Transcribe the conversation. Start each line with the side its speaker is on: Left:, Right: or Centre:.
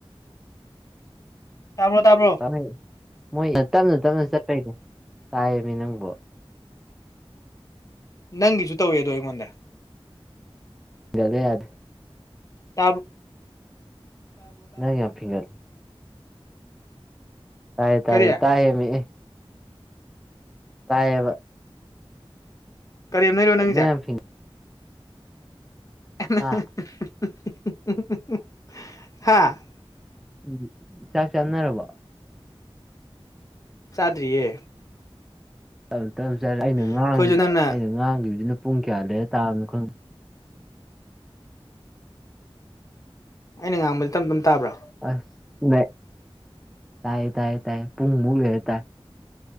Left: ꯇꯥꯕ꯭ꯔꯣ ꯇꯥꯕ꯭ꯔꯣ
Centre: ꯃꯣꯢ ꯃꯣꯏ ꯇꯞꯅ ꯇꯞꯅ ꯆꯠꯄꯩꯅꯦ ꯇꯥꯏꯌꯦꯃꯤ ꯅꯪꯕꯨ
Left: ꯅꯪꯒꯤꯁꯨ ꯇꯧꯋꯦ ꯑꯩꯉꯣꯟꯗ
Centre: ꯗꯦ <unintelligible> ꯌꯥꯗꯦ
Left: ꯇꯞ <unintelligible>
Centre: ꯅꯪ ꯌꯥꯝ ꯐꯤꯒꯜꯂꯦ ꯇꯥꯏ ꯇꯥꯏ
Left: ꯀꯔꯤ
Centre: ꯇꯥꯏꯌꯦ ꯃꯤ ꯇꯥꯏꯌꯦꯕ
Left: ꯀꯔꯦꯝꯅꯩꯔꯣ ꯅꯪꯒꯤꯁꯤ
Centre: ꯅꯪ ꯌꯥꯝ ꯐꯤꯡ
Left: <unintelligible>
Centre: ꯍꯥ
Left: ꯍꯥꯥ
Centre: ꯎꯝ ꯆꯥꯛ ꯆꯥꯅꯔꯕꯣ
Left: ꯆꯥꯗ꯭ꯔꯤꯌꯦ
Centre: ꯇꯞ ꯇꯞ ꯆꯠꯔꯦ <unintelligible> ꯑꯩꯅ ꯉꯥꯡꯉꯤ
Left: ꯑꯩꯈꯣꯏꯁꯨ ꯅꯪꯅ
Centre: ꯑꯩꯅ ꯉꯥꯡꯈꯤꯕꯁꯤꯅ ꯄꯨꯡ ꯀꯌꯥ ꯂꯩꯔ ꯇꯥꯕꯅꯣ ꯈꯪꯗꯦ
Left: ꯑꯩꯅ ꯉꯥꯡꯕꯗꯤ ꯇꯞ ꯇꯞ ꯇꯥꯕ꯭ꯔꯥ
Centre: ꯑꯁ ꯇꯥꯢ ꯇꯥꯏ ꯄꯨꯡ ꯃꯨꯛ ꯂꯩꯔ ꯇꯥꯢ